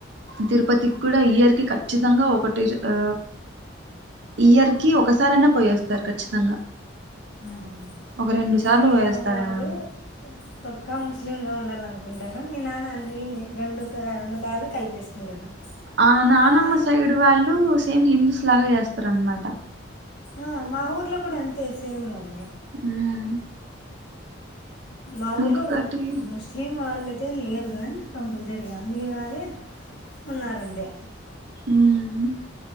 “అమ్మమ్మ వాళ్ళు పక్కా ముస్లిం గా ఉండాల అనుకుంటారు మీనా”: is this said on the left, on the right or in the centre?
Left